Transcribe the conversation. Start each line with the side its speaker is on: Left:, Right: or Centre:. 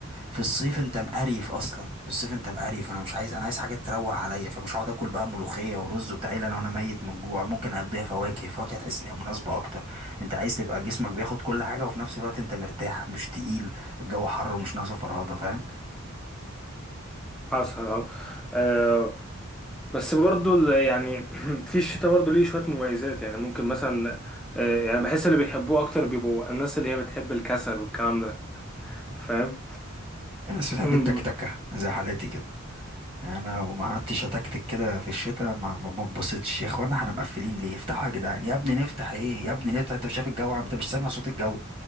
Right: في الصيف انت مقريف اصلا في الصيف انت مقريف انا مش عايز انا عايز حاجه تروق عليا فمش هقعد اكل بقى ملوخيه ورز وبتاع الا لو انا ميت من الجوع ممكن اقضيها فواكه فواكه تحس ان هي مناسبه اكتر انت عايز تبقى جسمك بياخد كل حاجه وفي نفس الوقت انت مرتاح مش تقيل الجو حر ومش ناقصه فرهضه فاهم
Centre: حصل اه آه، بس برضو ال- يعني <clears throat> في الشتاء برضو ليه شوية مميزات يعني ممكن مثلا آه، يعني بحس اللي بيحبوه أكتر بيبقوا الناس اللي هي بتحب الكسل والكلام ده فاهم
Right: الناس
Centre: <clears throat>
Right: بتحب التكتكه زي حالاتي كده انا وما قعدتش اتكتك كده في الشتاء ما ما ما اتبسطتش يا اخوانا احنا مقفلين ليه افتحوا يا جدعان يا ابني نفتح ايه يا ابني نفتح انت مش شايف الجو عم انت مش سامع صوت الجو